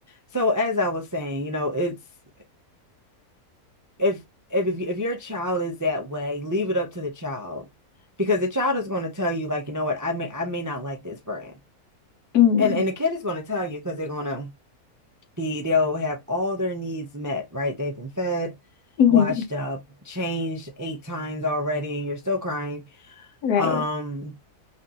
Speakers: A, on the right; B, on the left.
A: so as I was saying, you know, it's if if if if your child is that way, leave it up to the child because the child is going to tell you like, you know what, I may I may not like this brand.
B: Mm,
A: And and the kid is going to tell you because they're going to be they'll have all their needs met, right? They've been fed,
B: hmm
A: washed up, changed eight times already, and you're still crying
B: right.
A: Um,